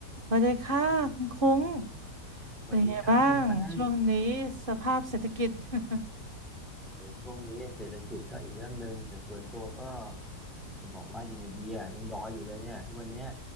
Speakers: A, on the right (about 35°); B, in the centre.
A: สวัสดีค่ะคุณคุ้ง
B: สวัสดีครับคุณแป้ง
A: เป็นไงบ้างช่วงนี้สภาพเศรษฐกิจ <laughs>
B: ช่วงนี้เศรษฐกิจก็อีกเรื่องหนึ่งแต่ส่วนตัวก็จะบอกว่ายังไงดีอ่ะยังดอยอยู่เลยเนี่ยทุกวันเนี้ย